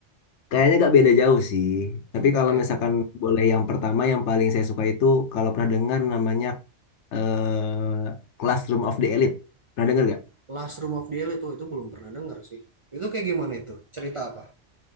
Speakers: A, on the left; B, on the right.
A: kayaknya nggak beda jauh sih. Tapi
B: Oke.
A: kalau misalkan boleh yang pertama yang paling saya suka itu kalau pernah dengar namanya eh, Classroom of the Elite. Pernah dengar nggak?
B: Last Room of the Elite tuh itu belum pernah denger sih. Itu kayak gimana itu? Cerita apa?